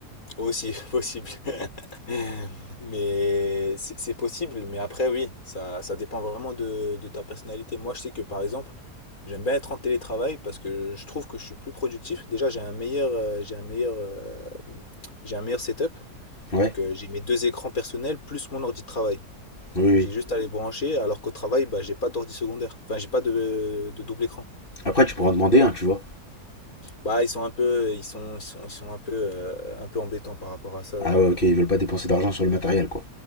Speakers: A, on the left (about 60°); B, on the left (about 30°).
A: Aussi <laughs> possible. <laughs> Mais c'est c'est possible, mais après, oui, ça, ça dépend vraiment de, de ta personnalité. Moi, je sais que par exemple, j'aime bien être en télétravail parce que je trouve que je suis plus productif. Déjà, j'ai un meilleur, euh, j'ai un meilleur, euh, j'ai un meilleur setup.
B: Ouais,
A: Donc, euh, j'ai mes deux écrans personnels plus mon ordi de travail.
B: oui,
A: Donc,
B: oui.
A: j'ai juste à les brancher, alors qu'au travail, bah, j'ai pas d'ordi secondaire. Enfin, j'ai pas de, de double écran.
B: Après, tu pourras en demander, hein, tu vois.
A: Bah, ils sont un peu, ils sont, ils sont, ils sont un peu, euh, un peu embêtants par rapport à ça. euh,
B: Ah ouais, ok, ils veulent pas dépenser d'argent sur le matériel, quoi.